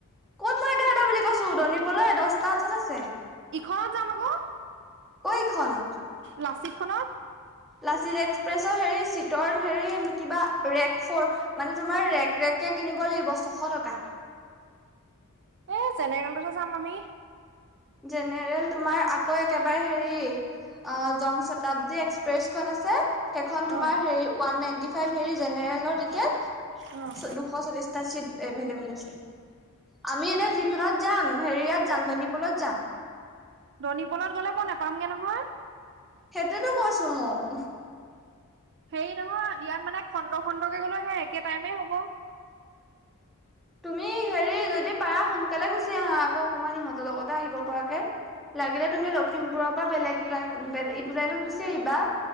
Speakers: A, in the centre; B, on the right.
A: ক'ত মই এটা এটা বুলি কৈছো, ধনীপলৈ দহটা আঠত আছে।
B: ইখনত যাম আকৌ
A: কৈ ইখনত
B: লাচিত খনত।
A: লাচিত এক্সপ্ৰেছৰ হেৰি চিটৰ হেৰি কিবা ৰেক ফৰ মানে তোমাৰ ৰেক ৰেককে কিনিব লাগিব ছশ টকা।
B: এ জেনেৰেলতহে যাম আমি।
A: জেনেৰেল তোমাৰ আকৌ একেবাৰে হেৰি অঁ' জং শতাব্দী এক্সপ্ৰেছখন আছে। সেইখন তোমাৰ
B: অ',
A: হেৰি ওৱান নাইনটি ফাইভ হেৰি জেনেৰেলৰ টিকেট
B: অ'।
A: দুশ চল্লিশ টা চিট এভলেবল আছে। আমি এতিয়া যিখনত যাম হেৰিয়ত যাম দনী পলত যাম।
B: দনীপলত গ'লে মই নোপামগৈ নহয়।
A: সেইটোৱেতো কৈছো মইও।
B: হেৰি নহয় ইয়াত মানে খন্দ খন্দকে গলো সে একে টাইমে হ'ব।
A: তুমি হেৰি যদি পাৰা সোনকালে গুচি আহা আকৌ অকমান ইহঁতৰ লগতে আহিব পৰাকৈ। লাগিলে তুমি লখিমপুৰৰ পৰা বেলেগ লাইন ইটো লাইনত গুচি আহিবা।